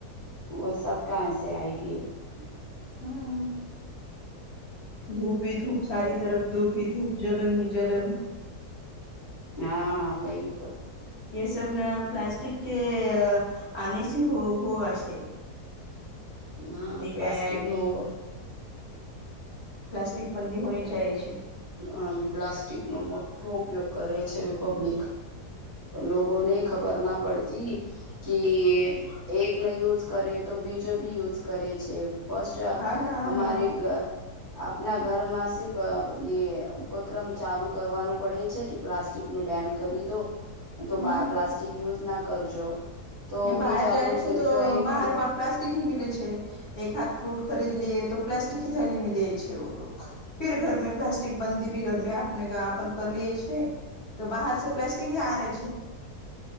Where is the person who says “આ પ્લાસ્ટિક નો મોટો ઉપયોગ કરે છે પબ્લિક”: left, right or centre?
Right